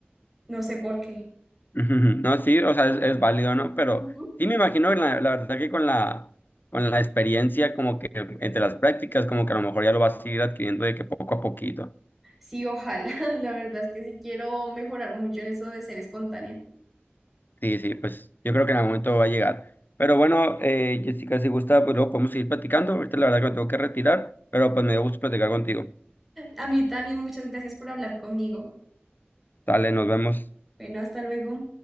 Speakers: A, in the centre; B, on the left.
A: no sé por qué.
B: Ujú, ujú. No, sí, o sea, es, es válido, ¿no? Pero
A: Ujú.
B: sí me imagino, la, la verdad que con la, con la experiencia, como que entre las prácticas, como que a lo mejor ya lo vas a ir adquiriendo de que poco a poquito.
A: Sí, ojalá, <laughs> la verdad es que sí quiero mejorar mucho en eso de ser espontánea.
B: Sí, sí, pues yo creo que en algún momento va a llegar. Pero bueno, eh, Jessica, si gusta, pues luego podemos seguir platicando. Ahorita la verdad que me tengo que retirar, pero pues me dio gusto platicar contigo.
A: A mí también muchas gracias por hablar conmigo.
B: Dale, nos vemos.
A: Bueno, hasta luego.